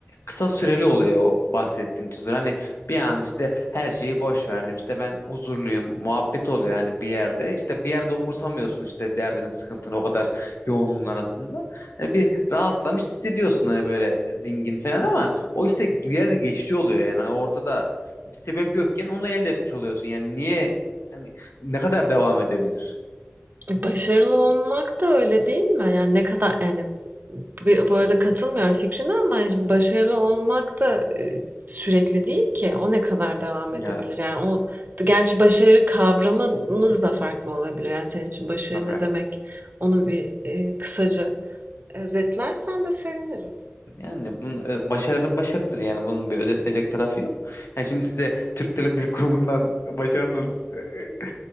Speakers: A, on the left; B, on the right.
A: kısa süreli oluyor o bahsettiğin huzur. Hani bir an işte her şeyi boş verdim işte ben huzurluyum muhabbet oluyor yani bir yerde. İşte bir yerde umursamıyorsun işte derdinin sıkıntını o kadar yoğunluğun arasında. Hani bir rahatlamış hissediyorsun hani böyle dingin falan ama o işte bir yerde geçici oluyor yani. Hani ortada bir sebep yokken onu elde etmiş oluyorsun. Yani niye hani ne kadar devam edebilir?
B: Başarılı olmak da öyle değil mi? Yani ne kadar yani b bu arada katılmıyorum fikrine ama şimdi başarılı olmak da e, sürekli değil ki. O ne kadar devam
A: Ya
B: edebilir? Yani o gerçi başarı kavramımız da farklı olabilir. Yani senin için başarı
A: Tabii.
B: ne demek? Onu bir e, kısaca özetlersen de sevinirim.
A: Yani bunun e, başarı başarıdır yani bunun bir özetlenecek tarafı yok. Yani şimdi size Türk Dil, Dil Kurumu'ndan başarının e,